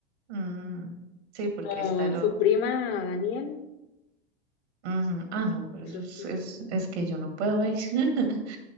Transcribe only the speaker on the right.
Mm, Sí, porque
está loco.
Ujú. Ah, no, pero
eso es,
es,
es que yo no puedo ver, <laughs>